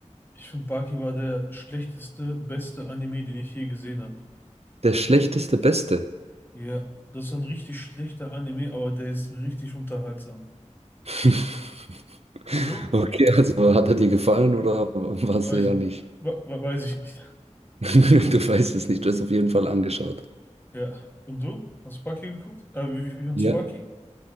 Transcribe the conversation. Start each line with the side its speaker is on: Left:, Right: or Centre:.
Left: Ich finde, Baki war der schlechteste, beste Anime, den ich je gesehen habe.
Right: Der schlechteste Beste.
Left: Ja, das ist ein richtig schlechter Anime, aber der ist richtig unterhaltsam.
Right: <laughs>
Left: Und du?
Right: Okay, also hat er dir gefallen oder war es
Left: Weiß,
Right: eher nicht?
Left: we- we- weiß ich nicht.
Right: <laughs> Du weißt es nicht, du hast auf jeden Fall angeschaut.
Left: Ja. Und du? Hast du Baki geguckt? Äh, wie, wie wie von
Right: Ja,
Left: Tsubaki?